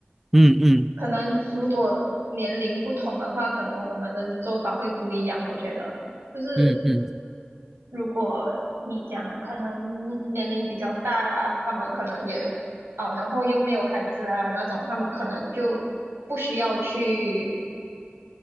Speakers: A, in the centre; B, on the right.
A: 嗯嗯
B: 可能如果年龄不同的话，可能我们的做法会不一样。我觉得就是
A: 嗯嗯，
B: 如果你讲可能年龄比较大啊，他们可能也哦，然后又没有孩子啊那种，他们可能就不需要去。